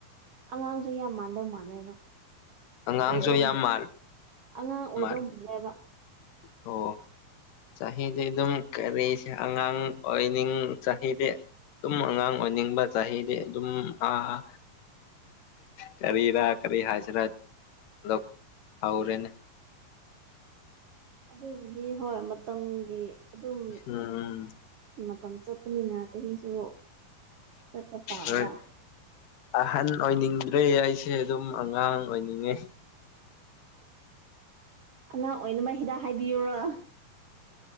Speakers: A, on the right; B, on the left.
A: ꯑꯉꯥꯡꯁꯨ ꯌꯥꯝ ꯃꯥꯟꯅꯗꯧ ꯃꯥꯟꯂꯦꯕ
B: ꯑꯉꯥꯡꯁꯨ
A: ꯑꯣꯏꯗꯧ
B: ꯌꯥꯝ
A: ꯃꯥꯜꯂ
B: ꯃꯥꯜ
A: ꯑꯉꯥꯡ ꯑꯣꯏꯗꯧ
B: ꯃꯥꯜꯂꯦ
A: ꯃꯥꯜꯂꯦꯕ
B: ꯑꯣ ꯆꯍꯤꯗꯤ ꯑꯗꯨꯝ ꯀꯔꯤꯁꯦ ꯑꯉꯥꯡ ꯑꯣꯏꯅꯤꯡ ꯆꯍꯤꯗꯤ ꯑꯗꯨꯝ ꯑꯉꯥꯡ ꯑꯣꯏꯅꯤꯡꯕ ꯆꯍꯤꯗꯤ ꯑꯗꯨꯝ ꯑꯥ ꯀꯔꯤꯔꯥ ꯀꯔꯤ ꯍꯥꯏꯁꯤꯔꯥ ꯂ ꯍꯧꯔꯦꯅꯦ
A: ꯑꯗꯨꯕꯨꯗꯤ ꯍꯣꯏ ꯃꯇꯝꯒꯤ ꯑꯗꯨꯝ
B: ꯎꯝ
A: ꯃꯇꯝ ꯆꯠꯄꯅꯤꯅ ꯆꯍꯤꯁꯨ ꯆꯠꯄ ꯇꯥꯕ
B: ꯍꯣꯏ ꯑꯍꯟ ꯑꯣꯏꯅꯤꯡꯗ꯭ꯔꯦ ꯑꯩꯁꯦ ꯑꯗꯨꯝ ꯑꯉꯥꯡ ꯑꯣꯏꯅꯤꯡꯉꯦ
A: ꯑꯉꯥꯡ ꯑꯣꯏꯅꯃꯛ ꯍꯤꯗꯥꯛ ꯍꯥꯏꯕꯤꯌꯨꯔ